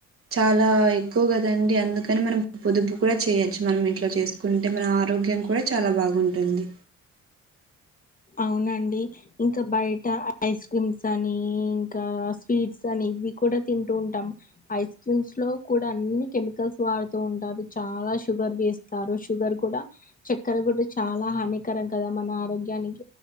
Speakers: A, on the right; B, on the left.
A: చాలా ఎక్కువ కదండి అందుకని మనం పొదుపు కూడా చేయొచ్చు మనం ఇంట్లో చేసుకుంటే మనం ఆరో గ్యం కూడా చాలా బాగుంటుంది
B: అవునండి ఇంకా బయట ఐస్ క్రీమ్స్ అని ఇంకా స్వీట్స్ అని ఇవి కూడా తింటూ ఉంటాం ఐస్ క్రీమ్స్ లో కూడా అన్ని కెమికల్స్ వాడుతూ ఉంటారు చాలా షుగర్ వేస్తారు షుగర్ కూడా చక్కెర కూడా చాలా హానికరం కదా మన ఆరోగ్యానికి